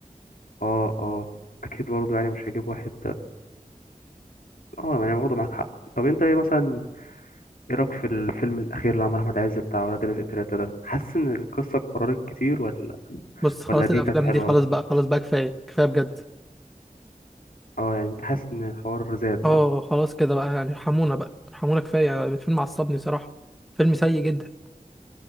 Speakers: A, on the left (about 80°); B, in the centre.
A: اه اه اكيد برضه يعني مش هجيب واحد اه يعني برضه معاك حق طب انت ايه مثلا ايه رايك في الفيلم الاخير اللي عمل احمد عز بتاع ولاد رزق تلاتة ده حاسس ان القصه اتكررت كتير ولا
B: بص خلاص
A: ولا دي
B: الافلام
A: كانت حلوه
B: دي خلاص بقى خلاص بقى كفايه كفايه بجد
A: اه يعني انت حاسس ان الحوار زاد
B: اه
A: صح
B: خلاص كده بقى يعني ارحمونا بقى ارحمونا كفايه يعني الفيلم عصبني صراحه فيلم سيء جدا